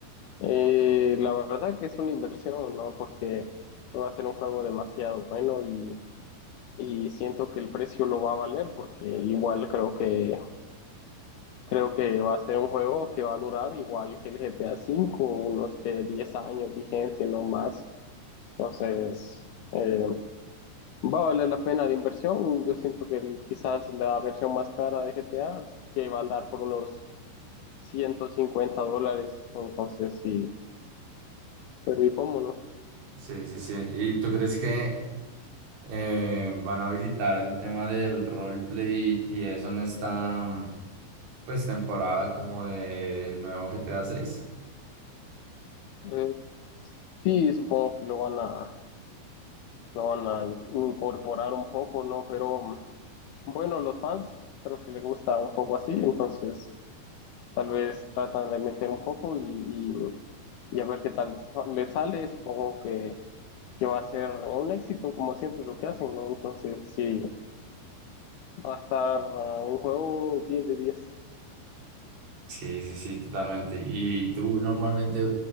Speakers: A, on the left; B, on the right.
A: eh, la verdad que es una inversión, ¿no? Porque va a ser un juego demasiado bueno y, y siento que el precio lo va a valer porque igual creo que Creo que va a ser un juego que va a durar igual que el GTA V, unos que 10 años vigente, no más. Entonces, eh, va a valer la pena la inversión. Yo siento que el- quizás la versión más cara de GTA, que va a andar por unos 150 dólares. Entonces, sí, pero ¿y cómo no?
B: Sí, sí, sí. ¿Y tú crees que eh, van a habilitar el tema del roleplay y eso en esta mm, pues temporada como del nuevo GTA 6.
A: Eh, sí, supongo que lo van a, lo van a in- incorporar un poco, ¿no? Pero bueno, los fans creo que les gusta un poco así, entonces. Tal vez tratan de meter un poco y, y- y a ver qué tal les les sale. Supongo que, que va a ser un éxito, como siempre lo que hacen, ¿no? Entonces, sí, va a estar ah, un juego diez de diez
B: Sí, sí, sí, totalmente. Y tú normalmente,